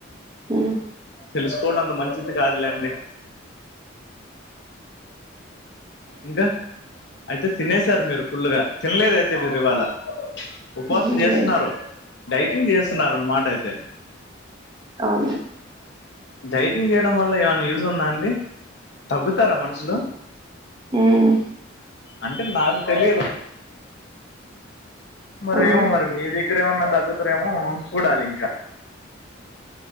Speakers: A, on the right (about 20°); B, on the left (about 60°).
A: ఉమ్
B: తెలుసుకోవడం అంత మంచిది కాదులేండి ఇంకా అయితే తినేసారు మీరు ఫుల్గా తినలేదా అయితే మీరు ఇవాళ ఉపవాసం
A: హ్మ్.
B: చేస్తున్నారు
A: లేదు.
B: డైటింగ్ చేస్తున్నారు అన్నమాట అయితే
A: అవును
B: డైటింగ్ చేయడం వల్ల ఏమైనా యూజ్ ఉందా అండి తగ్గుతారా మనుషులు
A: ఉమ్
B: అంటే నాకు తెలియదు మరేమో
A: ఆ!
B: మరి మీది ఇప్పుడు ఏమన్నా తగ్గుతారా ఏమో చూడాలి ఇంకా